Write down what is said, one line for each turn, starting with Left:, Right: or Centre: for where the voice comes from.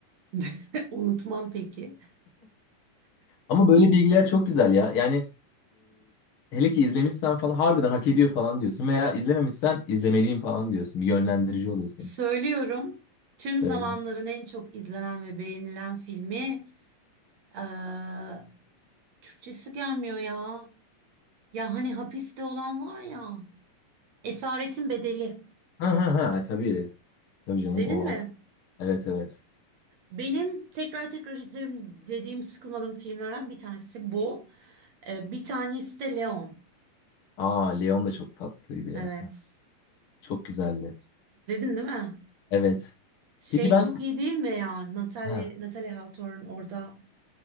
Right: <laughs> unutmam peki.
Left: Ama böyle bilgiler çok güzel ya. Yani e, hele ki izlemişsen falan harbiden hak ediyor falan diyorsun. Veya izlememişsen izlemeliyim falan diyorsun. Bir yönlendirici oluyor senin.
Right: Söylüyorum. Tüm
Left: Söyle.
Right: zamanların en çok izlenen ve beğenilen filmi eee, Türkçesi gelmiyor ya. Ya hani hapiste olan var ya. Esaretin Bedeli.
Left: Ha ha ha tabii. Tabii
Right: İzledin
Left: canım o.
Right: mi?
Left: Evet evet.
Right: Benim tekrar tekrar izlerim dediğim sıkılmadığım filmlerden bir tanesi bu. Eee, bir tanesi de Leon.
Left: Aa Leon da çok tatlıydı ya.
Right: Evet.
Left: Çok güzeldi.
Right: İzledin değil mi?
Left: Evet.
Right: Şey
Left: Peki ben
Right: çok iyi değil mi ya? Natalie,
Left: ha,
Right: Natalie Hawthorne orada